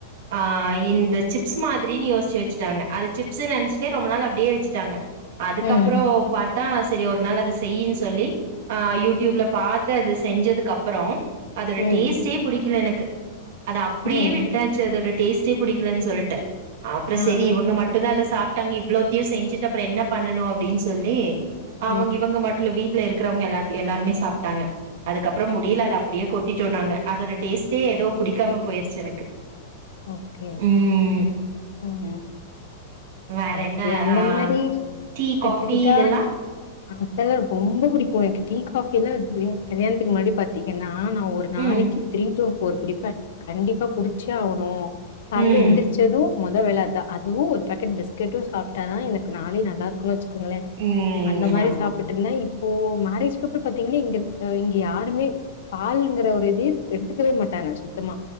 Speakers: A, on the right (about 55°); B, on the left (about 65°).
A: ஆ இந்த சிப்ஸ் மாதிரின்னு யோசிச்சு வெச்சுட்டாங்க அது சிப்ஸுனு நினைச்சுட்டு ரொம்ப நாள் அப்டியே வெச்சிட்டாங்க அதுக்கப்புறோ
B: ம்.
A: பாத்தா செரி ஒரு நாள் அத செய்யுன்னு சொல்லி ஆ யூட்யூப்ல
B: ம்.
A: பாத்து அது செஞ்சதுக்கு அப்றோ அதோட
B: ம்.
A: டேஸ்ட்டே புடிக்கல எனக்கு அத அப்டியே
B: ம்.
A: விட்டா டேஸ்ட்டே புடிக்கலன் சொல்ட்டு அப்றோ
B: ஆ,
A: சேரி
B: ஆ.
A: இவுங்க மட்டுதா அத சாப் டாங்க இவ்ளோத்தையு செஞ்சுட்டு அப்றோ என்ன பண்ணணு அப்டின்னு சொல்லி அவுங்க
B: ம்.
A: இவுங்க மட்டுல்ல வீட் ல இருக்கிறவங்க எல்லா எல்லாருமே சாப்ட்டாங்க அதுக்கப்றோ முடில அத அப்டியே கொட்டிட்டோ நாங்க அதோட டேஸ்ட்டே ஏதோ புடிக்காம போயிருச்சு எனக்கு
B: ஓகே ஓகே
A: ம்
B: ம்
A: வேற
B: ஓகே
A: என்ன
B: அந்த
A: ஆ
B: மாரி
A: டீ
B: எடுத்துக்கிட்டா
A: காஃபி இதெல்லா
B: அதலா ரொம்ப புடிக்கூ எனக்கு டீ காஃபில்லா <unintelligible> கல்யாணத்துக்கு முன்னாடி பாத்தீங்கன்னா நா ஒரு நாளைக்கு
A: ம்
B: த்ரீ டூ ஃபோர் குடிப்பே கண்டிப்பா குடிச்சே ஆ னு காலைல
A: ம்
B: எந்திரிச்சதூ மொத வேல அதா அதுவு ஒரு பேக்கட் பிஸ் கட்டு சாப்ட்ட தா எனக்கு நாளே ந <unintelligible> க்கோங்களே
A: ம்
B: அந்த மாரி
A: ஆமா
B: சாப்ட்டுருந்தே இப்போ மரேஜ் ஸ்கிரிப்ட் பாத்தீங்கன்னா இங்க இங்க யாருமே பாலுங்குற ஒரு இது த் எடுத்துக்கவே மாட்டாங்க சுத்தமா